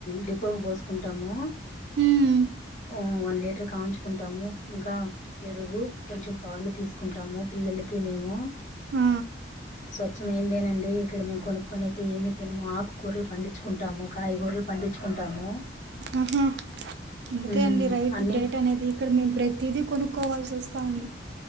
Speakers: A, on the left; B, on the right.
A: డిపోకి పోసుకుంటాము
B: హ్మ్.
A: ఓ వన్ లీటర్ కాంచుకుంటాము ఇంకా పెరుగు కొంచెం పాలు తీసుకుంటాము పిల్లలకి మేము
B: ఆ
A: స్వచ్ఛమైందేనండి ఇక్కడ మేము కొనుక్కకుని అయితే ఏమీ తినమో ఆకూరలు పండించుకుంటాము కాయగూరలు పండించుకుంటాము
B: ఆహా అందుకే
A: ఉమ్,
B: అండి రైతు
A: అన్ని
B: గ్రేట్ అనేది ఇక్కడ మేము ప్రతిదీ కొనుక్కోవాల్సి వస్తా ఉంది